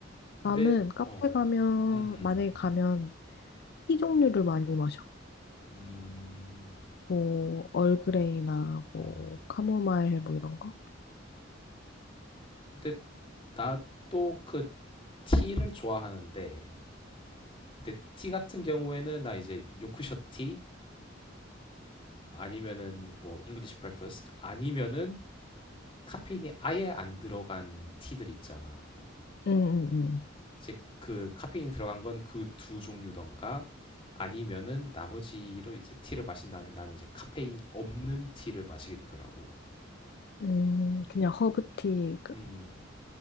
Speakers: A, on the left; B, on the left.
A: 근데
B: 나는 카페
A: 어.
B: 가면,
A: 음. 음.
B: 만약에 가면 티 종류를 많이 마셔.
A: 음.
B: 뭐, 얼그레이나
A: 어.
B: 뭐,
A: 어.
B: 카모마일 뭐 이런 거?
A: 근데 나 또 그 티를 좋아하는데 근데 티 같은 경우에는 나 이제 요크셔 티 아니면은 뭐 잉글리시 브렉퍼스트 아니면은 카페인이 아예 안 들어간 티들 있잖아.
B: 응, 응, 응.
A: 이제 그 카페인이 들어간 건 그 두 종류던가 아니면은 나머지로 이제 티를 마신 다음에 나는 이제 카페인 없는 티를 마시게 되더라고.
B: 음, 그냥 허브티 그-
A: 음,